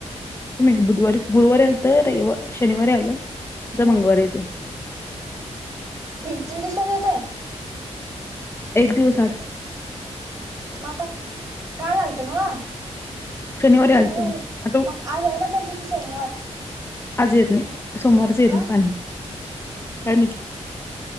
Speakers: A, on the left; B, on the right.
A: न ई बुधवारी गुरुवारी आलत तर शनिवारी आलं तर
B: हम्म
A: मंगळवारी येतय.
B: तीन तीन दिवसांन येतय.
A: एक दिवस आड.
B: मग आता काल आलत नव्ह.
A: शनिवारी आलत
B: शनिवारी
A: आता
B: मग आज यायला पाहिजे की सोमवार.
A: आज येत नाही सोमवारच येत
B: का?
A: नाही पाणी काय
B: हा
A: माहीत
B: हा.